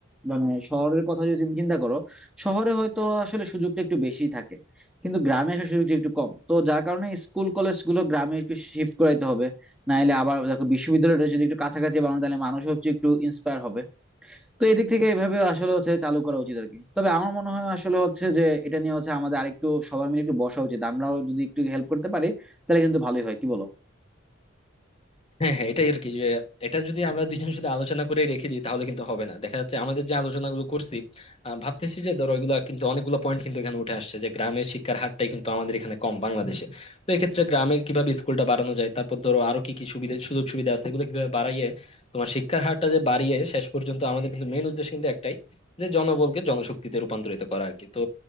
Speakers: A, in the centre; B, on the left (about 30°).
A: মানে শহরের কথা যদি তুমি চিন্তা করো শহরে হয়তো আসলে সুযোগটা একটু বেশি থাকে কিন্তু গ্রামে আসার সুযোগটা একটু কম তো যার কারণে স্কুল কলেজ গুলো গ্রামে একটু শিফট করাইতে হবে নাহলে আবার দেখো বিশ্ববিদ্যালয়টা যদি একটু কাছাকাছি বানানো তাহলে মানুষ হচ্ছে একটু ইন্সপায়ার হবে তো এদিক থেকে এইভাবে আসলে হচ্ছে চালু করা উচিত আর কি তবে আমার মনে হয় আসলে হচ্ছে যে এটা নিয়ে হচ্ছে আমাদের আরেকটু সবাই মিলে একটু বসা উচিত আমরাও যদি একটু হেল্প করতে পারি তাহলে কিন্তু ভালোই হয় কি বলো
B: হ্যাঁ হ্যাঁ এটাই আর কি যে এটা যদি আমরা দুইজন শুধু আলোচনা করে রেখে দিই তাহলে কিন্তু হবে না দেখা যাচ্ছে আমাদের যে আলোচনাগুলো করছি আহ, ভাবতেছি যে ধরো এগুলো কিন্তু অনেকগুলো পয়েন্ট কিন্তু এখানে উঠে আসছে যে গ্রামের শিক্ষার হারটাই কিন্তু আমাদের এখানে কম বাংলাদেশে তো এক্ষেত্রে গ্রামে কিভাবে স্কুলটা বাড়ানো যায় তারপর ধরো আরো কি কি সুবিধা সুযোগ সুবিধা আছে এগুলো কিভাবে বাড়াইয়ে তোমার শিক্ষার হারটা যে বাড়িয়ে শেষ পর্যন্ত আমাদের কিন্তু মেইন উদ্দেশ্য কিন্তু একটাই যে জনবলকে জনশক্তিতে রূপান্তরিত করা আর কি তো